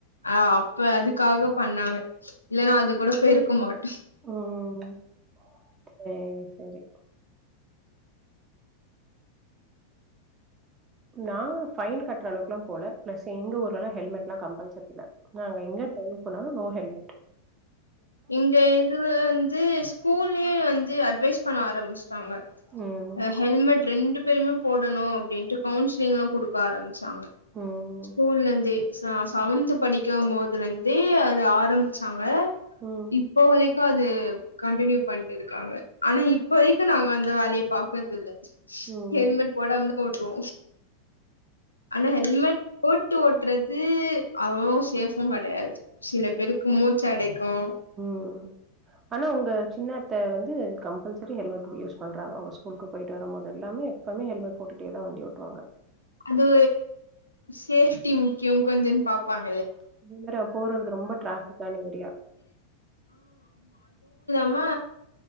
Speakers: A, on the left (about 80°); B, on the right (about 25°).
A: ஆ அப்ப அதுக்காக பண்ணாங்க இல்லன்னா அது கூட பேய்ருக்க மாட்
B: ம் ம் ம் சேரி செரி நா ஃபைன் கட்ற அளவுக்லா போல ப்ளஸ் எங்க ஊர்லலா ஹெல்மெட்லா கம்பல்சரில்ல நாங்க எங்க <unintelligible> போண்ணாலு நோ ஹெல் மெட்
A: இங்க இதுல வந்து ஸ் கூல்லயே வந்து அட்வைஸ் பண்ண ஆரம்பிச் சுட்டாங்க
B: ம்.
A: ஆஹ்‌ ஹெல்மெட் ரெண்டு பேருமே போடணு அப்டின்ட்டு கவுன்சிலிங்லா குடுக்க ஆரம்பிச் சாங்க
B: ம்.
A: ஸ்கூல்லந்தே செவ செவன்த் படிக்க போதுலந்தே அது ஆரம்பிச்சாங்க
B: ம்.
A: இப்போவரைக் க்கு அது கன்டினியூ பண்ட்டுருக்காங்க ஆனா இப்ப வரைக்கு நாங்க அந்த வேலைய‌ பாக்குறது இல்ல
B: ம்.
A: ஹெல்மெட் போடாம தா ஓட்றோ ஆனா ஹெல்மெட் போட்டு ஓட் றது அவ்ளோ சேஃபும் கெடையாது சில பேருக்கு மூச்சைடைக்கு
B: உம் ஆனா ஒங்க சின்னத்த வந்து கம்பல்சரி ஹெல்மெட் யூஸ் பண்றாங்க அவுங்க ஸ்கூலுக்கு போயிட்டு வரும் போது எல்லாமே எப்பவுமே ஹெல்மெட் போட்டுட்டேதா வண்டி ஓட்டுவாங்க
A: அது சேஃப்டி முக்கியோ கொஞ்சோ பாப்பாங்க
B: <inaudible> போறதுக்கு ரொம்ப டிராஃபிக்கான ஏரியா
A: ம்மா